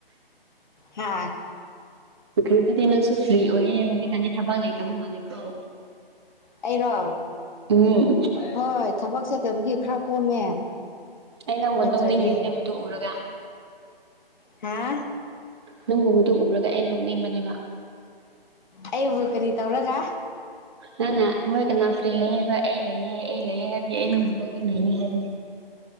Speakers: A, on the left (about 50°); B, on the right (about 25°).
A: ꯍꯥ
B: ꯄꯨꯈ꯭ꯔꯨꯞꯇꯗꯤ ꯅꯪꯁꯨ ꯐ꯭ꯔꯤ ꯑꯣꯏꯌꯦ ꯍꯧꯖꯤꯛꯀꯥꯟꯗꯤ ꯊꯕꯛ ꯂꯩꯇꯕ ꯃꯥꯜꯂꯦꯀꫭ꯫
A: ꯑꯩꯔꯣ
B: ꯎꯝ
A: ꯍꯣꯏ ꯊꯕꯛ ꯆꯠꯇꯕꯒꯤ ꯈꯔ ꯀꯣꯝꯃꯦ꯫
B: ꯑꯩ ꯅꯪꯕꯨ
A: ꯅꯠꯇ꯭ꯔꯗꯤ
B: ꯅꯣꯡꯅꯤꯡꯔꯤꯕꯅꯦ ꯃꯗꯨ ꯎꯔꯒ꯫
A: ꯍꯥ꯫
B: ꯅꯪꯒꯨꯝꯕꯗꯨ ꯎꯔꯒ ꯑꯩ ꯅꯣꯛꯅꯤꯡꯕꯅꯦꯕ꯫
A: ꯑꯩꯕꯨ ꯀꯔꯤ ꯇꯧꯔꯒꯥ꯫
B: ꯅꯪꯅ ꯍꯣꯏ ꯀꯅꯥ ꯐ꯭ꯔꯤ ꯂꯩꯌꯦꯕ ꯑꯩ ꯂꯩꯑꯦ ꯑꯩ ꯂꯩꯑꯦ ꯍꯥꯏꯕꯒꯤ ꯑꯩ ꯅꯪꯕꯨ ꯅꫭꯛꯅꯤꯡꯔꯤꯅꯤ ꯍꯥꯏꯕꯅꯤ꯫